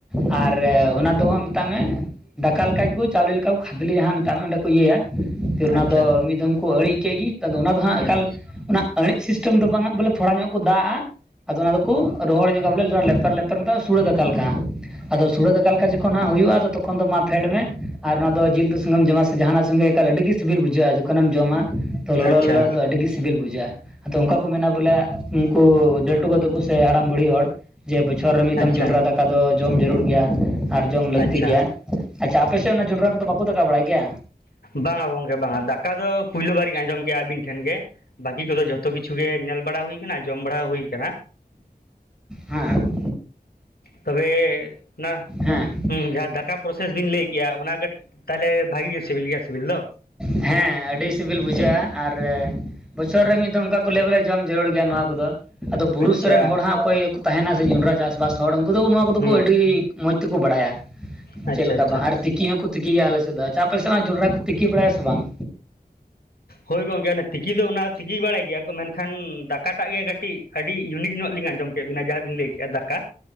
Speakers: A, in the centre; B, on the left (about 70°).
A: ᱟᱨ
B: ᱟᱪᱪᱷᱟ
A: ᱚᱱᱟ ᱫᱚᱦᱚᱼᱼ ᱢᱮᱛᱟᱜ ᱢᱮ ᱫᱟᱠᱟ ᱞᱮᱠᱟ ᱜᱮᱠᱚ ᱪᱟᱣᱞᱮ ᱞᱮᱠᱟ ᱠᱚ ᱠᱷᱟᱫᱽᱞᱮ ᱡᱟᱦᱟᱸ ᱢᱮᱛᱟᱜ ᱢᱮ ᱚᱸᱰᱮ ᱠᱚ ᱤᱭᱟᱹᱭᱟ᱾ ᱯᱷᱤᱨ ᱚᱱᱟ
B: ᱟᱪᱪᱷᱟ
A: ᱫᱚ ᱢᱤᱫ ᱫᱷᱢ ᱠᱚ ᱟᱹᱬᱤᱡ ᱠᱮᱫ ᱜᱮ ᱟᱫᱚ ᱚᱱᱟ ᱫᱚ ᱦᱟᱸᱜ
B: ᱦᱩᱸ
A: ᱮᱠᱟᱞ ᱚᱱᱟᱼᱼ ᱟᱹᱬᱤᱡ ᱥᱤᱥᱴᱮᱢ ᱫᱚ ᱵᱟᱝᱜ ᱵᱚᱞᱮ ᱛᱷᱚᱲᱟ ᱧᱚᱜ ᱠᱚ ᱫᱟᱜᱼᱟᱼᱼ ᱟᱫᱚ ᱚᱱᱟ ᱫᱚᱠᱚ ᱨᱚᱦᱚᱲ ᱧᱚᱜᱟ ᱵᱚᱞᱮ ᱞᱮᱯᱮᱨ ᱞᱮᱯᱮᱨ ᱥᱩᱲᱟᱹ ᱫᱟᱠᱟ ᱞᱮᱠᱟ ᱦᱟᱸᱜ ᱟᱫᱚ ᱥᱩᱲᱟᱹ ᱫᱟᱠᱟ ᱞᱮᱠᱟ ᱡᱚᱠᱷ ᱼᱼ ᱛᱚᱠᱷᱚᱱ ᱦᱟᱸᱜ ᱦᱩᱭᱩᱜᱼᱟ᱾ ᱟ ᱛᱚᱠᱷᱚᱱ ᱫᱚ ᱢᱟ ᱯᱷᱮᱰ ᱢᱮ, ᱟᱨ ᱚᱱᱟ ᱫᱚ ᱡᱤᱞ ᱩᱛᱩ ᱥᱚᱸᱜᱮᱢ ᱡᱚᱢᱟ ᱥᱮ ᱡᱟᱦᱟᱱᱟᱜ ᱥᱚᱸᱜᱮ ᱮᱠᱟᱞ ᱟᱹᱰᱤ ᱜᱮ ᱥᱤᱵᱤᱞ ᱵᱩᱡᱷᱟᱹᱜᱼᱟ ᱡᱚᱠᱷᱚᱱᱮᱢ ᱡᱚᱢᱟ ᱛᱚ ᱞᱚᱞᱚ
B: ᱟᱪᱪᱷᱟ
A: ᱫᱚ ᱟᱹᱰᱤ ᱜᱮ ᱥᱤᱵᱤᱞ ᱵᱩᱡᱷᱟᱹᱜᱼᱟ᱾ ᱟᱫᱚ ᱚᱱᱠᱟ ᱠᱚ ᱢᱮᱱᱟ ᱵᱚᱞᱮ ᱩᱱᱠᱩ <unintelligible> ᱠᱟ ᱛᱟ ᱠᱚ ᱥᱮ ᱦᱟᱲᱟᱢ ᱵᱩᱲᱦᱤ ᱦᱚᱲ᱾ ᱡᱮ ᱵᱚᱪᱷᱚᱨ ᱨᱮ ᱢᱤᱫ ᱫᱚᱢ
B: ᱟᱪᱪᱷᱟ
A: ᱡᱚᱸᱰᱨᱟ ᱫᱟᱠᱟ ᱫᱚ ᱡᱚᱢ ᱡᱟᱹᱨᱩᱲ ᱜᱮᱭᱟ ᱟᱨ ᱡᱚᱢ ᱞᱟᱹᱠᱛᱤ
B: ᱟᱪᱪᱷᱟ
A: ᱜᱮᱭᱟ ᱟᱪᱪᱷᱟ ᱟᱯᱮ ᱥᱮᱫ <inaudible> ᱚᱱᱟ ᱡᱚᱸᱰᱨᱟ ᱠᱚᱫᱚ ᱵᱟᱠᱚ ᱫᱟᱠᱟ ᱵᱟᱲᱟᱭ ᱜᱮᱭᱟ?
B: ᱵᱟᱝᱟ ᱜᱚᱝᱠᱮ ᱵᱟᱝᱟ ᱫᱟᱠᱟ ᱫᱚ ᱯᱳᱭᱞᱳ ᱵᱟᱨᱤᱧ ᱟᱸᱡᱚᱢ ᱠᱮᱫᱼᱟ᱾ ᱟᱹᱵᱤᱱ ᱴᱷᱮᱱ ᱜᱮ, ᱵᱟᱹᱤ ᱠᱚᱫᱚ ᱡᱚᱛᱚᱼᱼ ᱡᱚᱛᱚ ᱠᱤᱪᱷᱩ ᱜᱮ ᱧᱮᱞ ᱵᱟᱲᱟ ᱦᱩᱭ ᱟᱠᱟᱱᱟ, ᱡᱚᱢ ᱵᱟᱲᱟ ᱦᱩᱭ ᱟᱠᱟᱱᱟ᱾
A: ᱦᱮᱸ ᱾
B: ᱛᱚᱵᱮ ᱚᱱᱟ
A: ᱦᱮᱸ
B: ᱡᱟᱦᱟᱸ ᱫᱟᱠᱟ ᱯᱨᱚᱥᱮᱥ ᱵᱤᱱ ᱞᱟᱹᱭ ᱠᱮᱫᱼᱟ ᱚᱱᱟ ᱠᱟᱹᱴᱤᱡᱼᱼ ᱛᱟᱦᱞᱮ ᱵᱷᱟᱹᱜᱤ ᱜᱮ ᱥᱤᱵᱤᱞ ᱜᱮᱭᱟ ᱥᱤᱵᱤᱞ ᱫᱚ?
A: ᱦᱮᱸ ᱟᱹᱰᱤ ᱥᱤᱵᱤᱞ ᱵᱩᱡᱷᱟᱹᱜᱼᱟ ᱟᱨ ᱵᱚᱪᱷᱚᱨ ᱨᱮ ᱢᱤᱫ ᱫᱷᱚᱢ ᱚᱱᱠᱟᱼᱼ ᱞᱮᱵᱮᱞᱮ ᱡᱚᱢ ᱡᱟᱹᱨᱩᱲ ᱜᱮᱭᱟ ᱱᱚᱣᱟ ᱠᱚᱫᱚ ᱟᱫᱚ ᱵᱩᱨᱩ
B: ᱟᱪᱪᱷᱟ
A: ᱥᱩᱨ ᱨᱮᱱ ᱦᱚᱲ ᱦᱟᱸᱜ ᱚᱠᱚᱭ ᱠᱚ ᱛᱟᱦᱮᱱᱟ ᱥᱮ ᱡᱚᱸᱱᱰᱨᱟ ᱪᱟᱥᱵᱟᱥᱼᱼ ᱦᱚᱲ ᱩᱱᱠᱩ ᱫᱚ ᱱᱚᱣᱟ ᱠᱚᱫᱚ
B: ᱦᱩᱸ
A: ᱠᱚ ᱟᱹᱰᱤ ᱢᱚᱡᱽ ᱛᱮᱠᱚ ᱵᱟᱲᱟᱭᱟ᱾
B: ᱟᱪᱪᱷᱟ
A: ᱪᱮᱫ ᱞᱮᱠᱟ
B: ᱟᱪᱪᱷᱟ
A: ᱵᱟᱝ ᱟᱨ ᱛᱤᱠᱤ ᱦᱚᱸᱠᱚᱼᱼ ᱛᱤᱠᱤ ᱜᱮᱭᱟ ᱟᱞᱮ ᱥᱮᱫ ᱟᱪᱪᱷᱟ ᱟᱯᱮ ᱥᱮᱫ ᱡᱚᱸᱱᱰᱨᱟ ᱠᱚ ᱛᱤᱠᱤ ᱵᱟᱲᱟᱭᱟ ᱥᱮ ᱵᱟᱝ?
B: ᱦᱳᱭ ᱜᱚᱝᱠᱮ ᱚᱱᱟ ᱛᱤᱠᱤ ᱫᱚ ᱚᱱᱟ ᱫᱚ ᱛᱤᱠᱤᱭ ᱵᱟᱲᱟᱭ ᱜᱮᱭᱟ ᱠᱚ ᱢᱮᱱᱠᱷᱟᱱ ᱫᱟᱠᱟᱴᱟᱜ ᱜᱮ ᱠᱟᱹᱴᱤᱡᱼᱼ ᱟᱹᱰᱤ ᱤᱭᱩᱱᱤᱠ ᱧᱚᱜ ᱞᱤᱧ ᱟᱸᱡᱚᱢ ᱠᱮᱫ ᱵᱤᱱᱟ᱾ ᱡᱟᱦᱟᱸ ᱵᱤᱱ ᱞᱟᱹᱭ ᱠᱮᱫᱼᱟ ᱫᱟᱠᱟ᱾